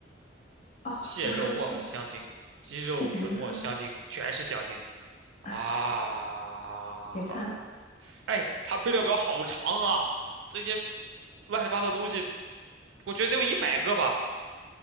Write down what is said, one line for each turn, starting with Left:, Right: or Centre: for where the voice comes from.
Left: 啊！哦，
Right: 蟹肉磨粉香精、
Left: 我说起，哎，
Right: 鸡肉粉末香精，
Left: 就比如说，
Right: 全是香精啊！
Left: <laughs> 别看了。
Right: 哎，它配料表好长啊，这些乱七八糟东西，我觉得得有一百个吧。